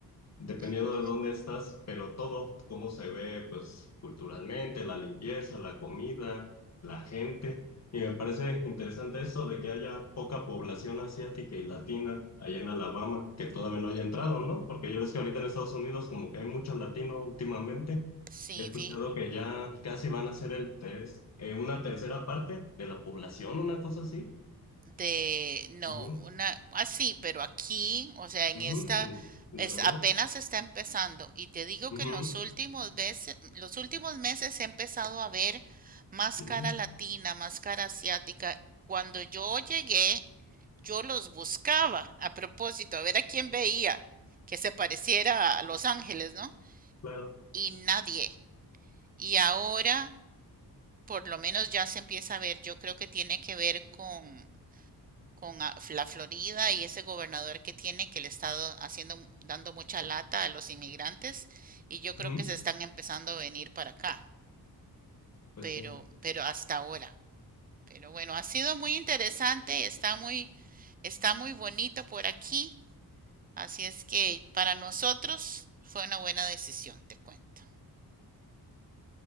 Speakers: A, on the left; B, on the right.
A: Dependiendo
B: ujú.
A: de dónde estás, pero todo, cómo se ve, pues culturalmente, la limpieza, la comida, la gente. Y me parece interesante eso de que haya poca población asiática y latina allá en Alabama, que todavía no haya entrado, ¿no? Porque yo ves que ahorita en Estados Unidos como que hay mucho latino últimamente.
B: Sí,
A: He escuchado
B: fí-
A: que ya casi van a ser el tres, eh, una tercera parte de la población, una cosa así.
B: de, no,
A: Ujú,
B: una, así, pero aquí, o sea, en
A: ujú,
B: esta,
A: en, en
B: es,
A: Alabama.
B: apenas está empezando. Y te digo
A: Ujú,
B: que en los últimos veces, los últimos meses he empezado a ver más
A: ujú,
B: cara latina, más cara asiática. Cuando yo llegué, yo los buscaba a propósito, a ver a quién veía que se pareciera a Los Ángeles, ¿no?
A: claro.
B: Y nadie. Y ahora, por lo menos ya se empieza a ver, yo creo que tiene que ver con con la Florida y ese gobernador que tiene que le está haciendo dando mucha lata a los inmigrantes y yo creo
A: Ujú.
B: que se están empezando a venir para acá,
A: Pues
B: pero
A: sí.
B: pero hasta ahora. Pero bueno, ha sido muy interesante, está muy está muy bonito por aquí, así es que para nosotros fue una buena decisión, te cuento.